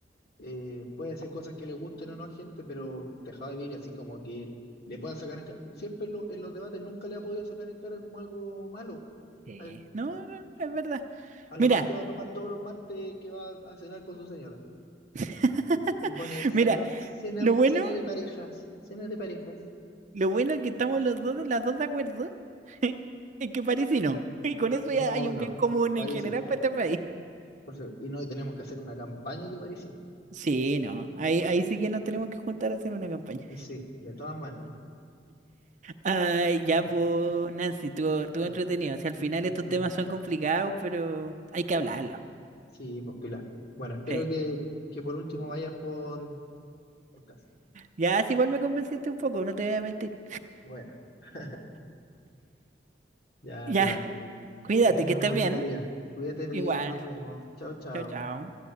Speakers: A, on the left (about 60°); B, on the right (about 45°).
A: eh, puede ser cosas que le gusten o no a gente, pero dejado de vivir así como que le puedan sacar en cara. Siempre en, lo- en los debates nunca le ha podido sacar en cara como algo malo
B: Sí.
A: a él.
B: No, no, es verdad.
A: A
B: Mira,
A: lo más que va a tomar todos los martes que va a cenar con su señora.
B: <laughs>
A: Y pone cena,
B: mira,
A: cena,
B: lo bueno
A: cena de parejas, cena de parejas.
B: Lo bueno es que estamos los dos, las dos de acuerdo <laughs> en que París y no. <laughs> Y con eso
A: No,
B: ya hay un
A: no,
B: bien común
A: París
B: en general
A: y no.
B: para este país.
A: Por eso- y no, y tenemos que hacer una campaña que París y no.
B: Sí, no. Ahí, ahí sí que nos tenemos que juntar a hacer una campaña.
A: Sí, de todas maneras.
B: Ay, ya,
A: Así
B: pues,
A: que es-
B: Nancy, estuvo, estuvo
A: ya,
B: entretenido. O sea, al final
A: así
B: estos temas son complicados, pero hay que hablarlo.
A: Sí, pues Pilar. Bueno, espero
B: Sí.
A: que, que por último vayas por podcast.
B: Ya, si igual me convenciste un poco, no te voy a mentir.
A: Bueno, <laughs> ya
B: Ya,
A: Pilar,
B: cuídate,
A: que tenga
B: que estés
A: un bonito
B: bien.
A: día. Cuídate bien,
B: Igual.
A: nos vemos. Chao, chao.
B: Chao, chao.